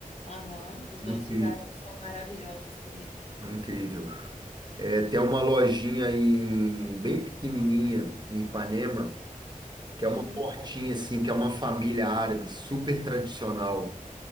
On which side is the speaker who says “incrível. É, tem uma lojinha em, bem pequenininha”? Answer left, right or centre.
Right